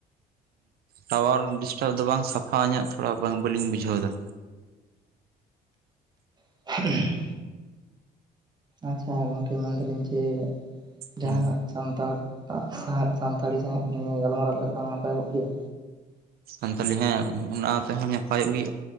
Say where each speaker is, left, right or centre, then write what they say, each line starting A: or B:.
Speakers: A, on the right (about 65°); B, on the right (about 25°).
A: ᱴᱟᱣᱟᱨ ᱰᱤᱥᱴᱟᱯ ᱫᱚ ᱵᱟᱝ ᱥᱟᱯᱷᱟ ᱧᱚᱜ ᱛᱷᱚᱲᱟ ᱵᱟᱝ ᱵᱟᱹᱞᱤᱧ ᱵᱩᱡᱷᱟᱹᱣ ᱮᱫᱟ᱾
B: <unintelligible> ᱟᱪᱪᱷᱟ ᱜᱚᱝᱠᱮ ᱢᱮᱱᱫᱟᱞᱤᱧ ᱡᱮ ᱡᱟᱦᱟᱱᱟᱜ
A: ᱦᱩᱸ
B: ᱥᱟᱱᱛᱟᱲᱟᱜ ᱥᱟᱸᱦᱮᱫ ᱥᱟᱱᱛᱟᱲᱤ ᱥᱟᱦᱮᱫ ᱱᱤᱭᱮ ᱜᱟᱞᱢᱟᱨᱟᱣ ᱞᱮᱠᱷᱟᱡ ᱵᱟᱝ ᱱᱟᱯᱟᱭ ᱠᱚᱜ ᱠᱮᱭᱟ?
A: ᱥᱟᱱᱛᱟᱞᱤ ᱦᱮᱸ ᱚᱱᱟ ᱛᱮᱦᱚᱸ ᱱᱟᱯᱟᱭᱚᱜ ᱜᱮ